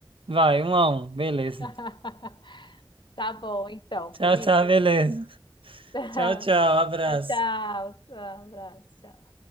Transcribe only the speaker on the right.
Vai, um a um, beleza.
Tchau,
tchau, beleza.
Tchau, tchau, abraço.